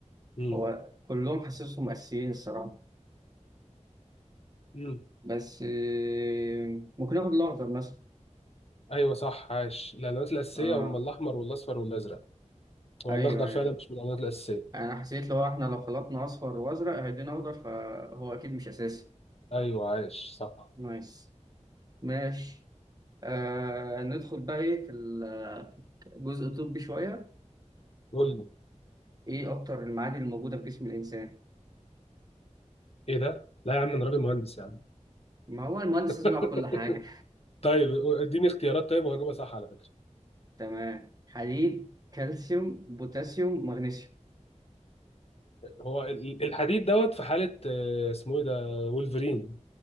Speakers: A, on the left (about 55°); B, on the right (about 30°).
A: مم.
B: هو كلهم حاسسهم اساسيين الصراحة
A: مم.
B: بس آه، ممكن اخد الاخضر مثلا
A: أيوه صح عاش الألوانات الأساسية
B: اه
A: هم الأحمر والأصفر والأزرق هو
B: ايوه
A: الأخضر
B: ايوه
A: فعلا مش من الألوانات الأساسية
B: انا حسيت لو احنا لو خلطنا اصفر وازرق هيدينا اخضر فهو اكيد مش اساسي
A: أيوه عاش صح
B: نايس ماشي آه ندخل بقى ايه في ال- في الجزء الطبي شوية
A: قول لي
B: ايه اكتر المعادن الموجودة في جسم الانسان
A: إيه ده؟ لا يا عم أنا راجل مهندس يا عم
B: ما هو المهندس
A: <laughs>
B: لازم يعرف كل حاجة
A: طيب اديني اختيارات طيب وهجيبها صح على فكرة
B: <laughs> تمام حديد كالسيوم بوتاسيوم مغنيسيوم
A: هو ال- الحديد دوت في حالة آه، اسمه ايه ده وولفرين